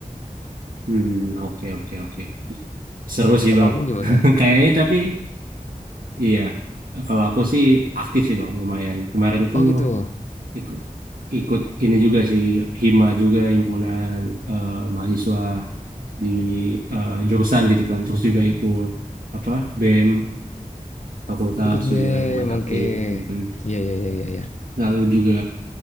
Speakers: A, on the right; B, on the left.
A: hmm, oke, oke, oke. Seru
B: Kalau
A: sih bang.
B: kamu gimana?
A: <laughs> Kayaknya tapi iya. Kalau aku sih aktif sih bang, lumayan. Kemarin tuh
B: Oh gitu,
A: ikut ikut ini juga sih, hima juga himpunan eh, mahasiswa di eh, jurusan gitu kan terus juga ikut apa BEM fakultas
B: Oh, ikut BEM,
A: juga lumayan
B: oke.
A: aktif Mhm.
B: Iya, iya, iya, iya, iya.
A: lalu juga